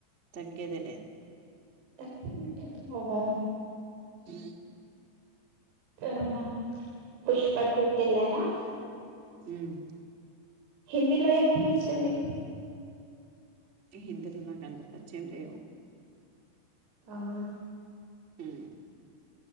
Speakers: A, on the right (about 30°); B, on the right (about 80°).
A: తగ్గేదే లేదు
B: తక్దు ఓహో
A: ఉమ్
B: అవునా పుష్ప టూ కెళ్ళారా
A: ఉమ్
B: హిందీలో ఏ మూవీ ఇష్టం మీకు
A: హిందీ లో నాకు అంత పరిచయం లేవు
B: అవునా
A: ఉమ్